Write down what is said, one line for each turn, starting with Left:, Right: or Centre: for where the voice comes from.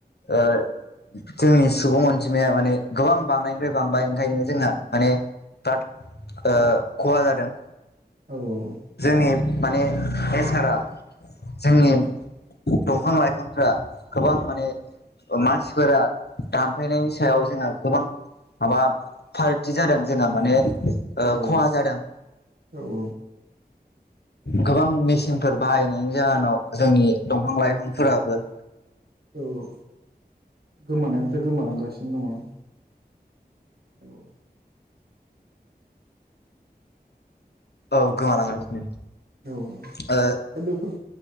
Left: ओ। जोंनि सुबुं अनजिमाया माने। गोबां बांनायनिफ्राय बांबाय ओंखायनो। जोंना माने बाद। ओ खहा जादों।
Right: औ औ औ।
Left: जोंनि माने बेसारा। जोंनि। दंफां लाइफांफ्रा। गोबां माने ओ मास। फोर दानफायनायनि सायाव जोंहा। गोबां। माबा फारागथि जादों। जोंहा माने। ओ
Right: औ औ औ
Left: खहा जादों
Right: औ औ।
Left: गोबां मेसिनफोर बाहाय। नायनि जाहोनाव जोंनि दंफां लाइफांफोराबो।
Right: औ औ गोमानायनिफ्राय गोमालांगासिनो दङ। औऔ
Left: औ गोमालांगासिनो।
Right: औ
Left: ओ
Right: दा बेफोर